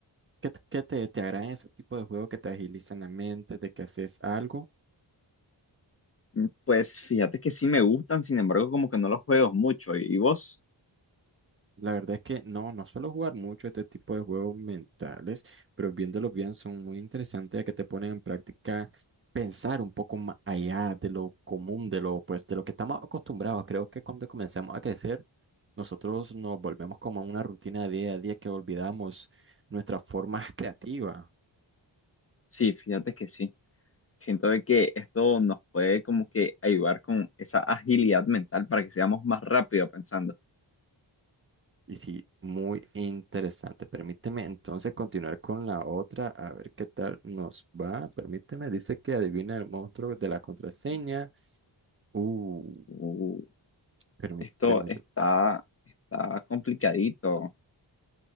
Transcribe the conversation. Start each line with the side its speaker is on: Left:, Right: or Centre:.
Right: ¿Qué, te, qué te- te agradan ese tipo de juegos que te agilizan la mente, de que haces algo?
Left: mm, Pues fíjate que sí me gustan, sin embargo, como que no los juego mucho. ¿Y vos?
Right: La verdad es que no, no suelo jugar mucho este tipo de juegos mentales, pero viéndolos bien son muy interesantes, ya que te ponen en práctica pensar un poco más allá de lo común, de lo, pues, de lo que estamos acostumbrados. Creo que cuando comenzamos a crecer, nosotros nos volvemos como a una rutina día a día que olvidamos nuestra forma creativa.
Left: Sí, fíjate que sí. Siento de que esto nos puede como que ayudar con esa agilidad mental para que seamos más rápido pensando.
Right: Y sí, muy interesante. Permíteme entonces continuar con la otra, a ver qué tal nos va. Permíteme, dice que adivina el monstruo de la contraseña. Uh,
Left: Uh,
Right: permíteme.
Left: esto está, está complicadito.